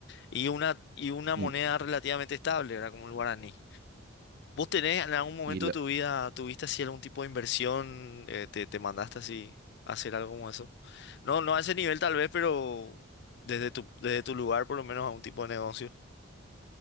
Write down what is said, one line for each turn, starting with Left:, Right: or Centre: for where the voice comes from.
Left: y una, y una moneda
Right: Mm,
Left: relativamente estable, ¿verdad? Como el guaraní. ¿Vos tenés en algún momento
Right: Y la,
Left: de tu vida, tuviste así algún tipo de inversión, eh, te, te mandaste así a hacer algo como eso? No, no a ese nivel tal vez, pero desde tu, desde tu lugar por lo menos a un tipo de negocio.